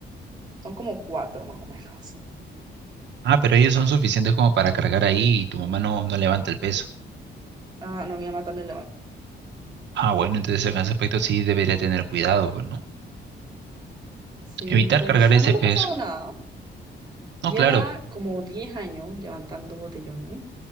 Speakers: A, on the right; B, on the right.
A: son como cuatro más o menos.
B: Ah, pero ellos son suficientes como para cargar ahí y tu mamá no, no levanta el peso.
A: Ah, no, mi mamá también levanta.
B: Ah, bueno, entonces en ese aspecto sí debería tener cuidado, pues, ¿no?
A: Sí,
B: Evitar
A: pero,
B: cargar
A: o sea,
B: ese
A: no le
B: peso.
A: ha pasado nada. Lleva
B: No, claro.
A: como 10 años levantando botellones.